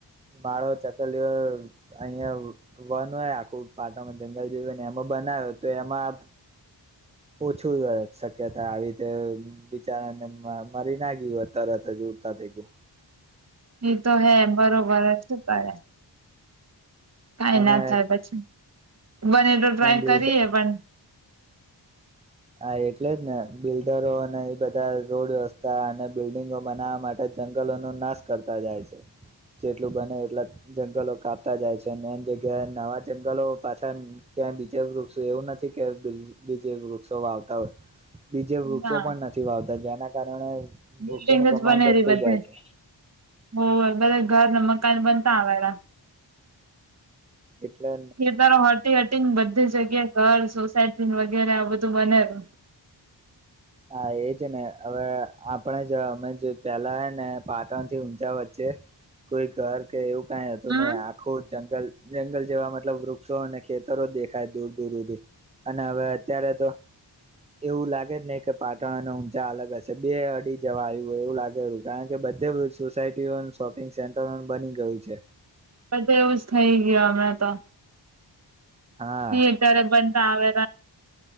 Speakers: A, on the right; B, on the right.
A: બાળો ચકલી અહિયાં વન હોય, આખું પાટામાં જમે ને એમાં બનાવ્યો તો એમાં
B: <unintelligible>
A: ઓછું શક્યતા આવી રીતે બિચારાને મરી ના ગયું હોય, તરત જ ઉડતા ભેગું.
B: એ તો હે એમ બરોબર જ કરે. કંઈ
A: અને
B: ના થાય પછી બને તો ટ્રાય
A: બિલ્ડ
B: કરીએ, પણ
A: હા, એટલે જ ને બિલ્ડરો અને એ બધા રોડ વ્યવસ્થા અને બિલ્ડીગો બનાવવા માટે જંગલો નો નાશ કરતા જાય છે, જેટલું બને એટલા જંગલો કાપતા જાય છે નવા જંગલો પાછળ ક્યાં બીજે વૃક્ષ? એવું નથી કે બીજે બીજે વૃક્ષ વૃક્ષો વાવતા હોય, બીજે વૃક્ષો
B: ના
A: પણ નથી વાવતા. જેના કારણે
B: બિલ્ડિંગ
A: વૃક્ષોનું પ્રમાણ
B: જ બને
A: ઘટતું
B: રે બધે
A: જાય છે
B: હોવે બધા ઘર ના મકાન બનતા આવેરા.
A: એટલે
B: <unintelligible> બધી જગ્યા ઘર, સોસાયટી વગેરે આ બધું બનેરુ.
A: હા એ જ ને. હવે આપણે જ, અમે પેલા ને પાટણ થી ઊંજા વચ્ચે કોઈ ઘર કે એવું કંઈ હતું
B: હમ
A: નઈ, આખું જંગલ જંગલ જેવા, મતલબ વૃક્ષો અને ખેતરો દેખાય દૂર દૂર હુધી અને હવે અત્યારે તો એવું લાગે જ ને કે પાટણ અને ઊંચા અલગ હશે, બે અડી જવા આવ્યું હોય એવું લાગેરુ. કારણ કે બધી સોસાયટીઓ શોપિંગ સેન્ટર બની ગયું છે.
B: બધે જ એવું થઈ ગયું હમણાં તો
A: હા
B: ઈ અત્યારે બનતા આવે